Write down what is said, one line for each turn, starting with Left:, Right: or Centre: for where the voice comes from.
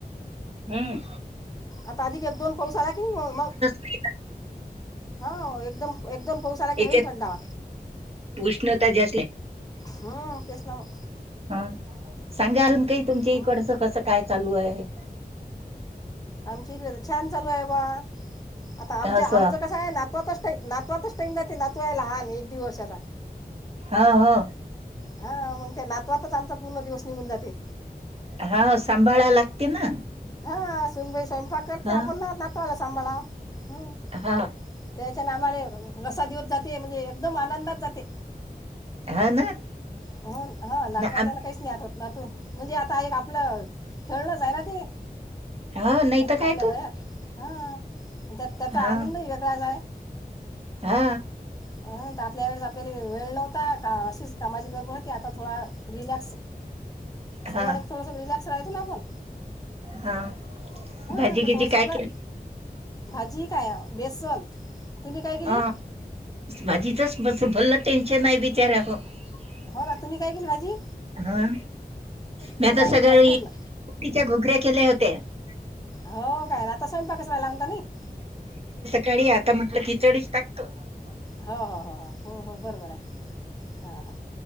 Right: हम्.
Left: आता अधिक दोन पाऊस आला की नाही मग.
Right: नाही ना.
Left: हा एकदम एकदम पाऊसाला का
Right: याच्यात
Left: होईन थंडावा.
Right: उष्णता जसे.
Left: हम्म तेसनामा.
Right: हा सांगा अून काही तुमच्या
Left: हं.
Right: इकडच कस काय चालू आहे.
Left: आमच्या इकडे छान चालू आहे बा आता आमच्या
Right: असं
Left: आमचं कस आहे ना आ. नाच नातवातच टाइम जाते नातवायला लहान एक दीड वर्ाचा.
Right: हा हा.
Left: हा मग त्या नातवातच आमचा पूर्ण दिवस निघून जाते.
Right: हा सांभाळाय लागते ना.
Left: हा सुनबाई स्वयंपाक करते
Right: ह
Left: आपण ना नको आला सांभाळा हम.
Right: हा
Left: त्याच्या ना आमला रसा दिऊत जाते म्हणजे एकदम आनंदात जाते.
Right: हा ना.
Left: हो हा नातवाच्या
Right: आम
Left: ना काहीच नाही आव नात म्हणजे आता एक आपलं. खेळलं जाय ना ते
Right: हा नाही तर काय
Left: आपल्या
Right: तो
Left: वयात हा त्या त्याचा
Right: हा
Left: आनंदही वेगळाच आहे
Right: हा
Left: अ आपल्यावर आपल्याला वेळ नव्हता का अशीच कामाची गडबड होती आता थोडा रिलॅक्स सुर
Right: हा
Left: आला क थोडंसं रिलॅक्स राहतं ना आपण
Right: हा
Left: हां
Right: भाजीगिजी
Left: तर थोडंसं
Right: काय
Left: ओलं
Right: के
Left: भाजी काय बेसन तुम्ही काय केली
Right: हा भाजी तरच भलं टेन्शन आहे बीचारक <unintelligible>
Left: हो
Right: <inaudible>
Left: ना तुम्ही काय केलं भाजी
Right: ह मी
Left: तुम्ही
Right: आता
Left: काय
Right: सगळीच्या
Left: केली भाजी म्हटलं
Right: घुगऱ्या केले होते <unintelligible> <unintelligible>
Left: हो काय ना आता स्वयंपाकचवाय लावता नाही <unintelligible>
Right: गाडी आता म्हटलं किचडीच टाकतो <inaudible> <unintelligible>
Left: हो हो हो हो हो हो बरोबर आहे हां हां